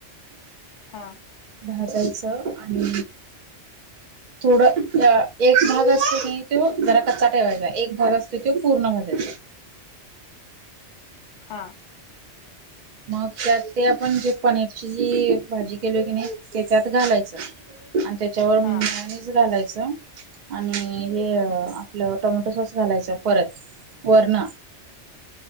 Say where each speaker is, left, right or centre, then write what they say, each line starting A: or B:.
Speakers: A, on the left; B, on the right.
A: हा
B: भजाच आणि थोड अ एक भाग असतो की नई तो जरा कच्चा ठेवायचा एक भाग असतो तो पूर्ण भाजायचा
A: हा
B: मग त्यात ते आपण जे पनीरची जी भाजी केली की नाही ते त्यात घालायचं आणि त्याच्यावर
A: हा
B: मेवनिज घालायचं आणि हे आपलं टोमॅटो सॉस घालायचं परत वरण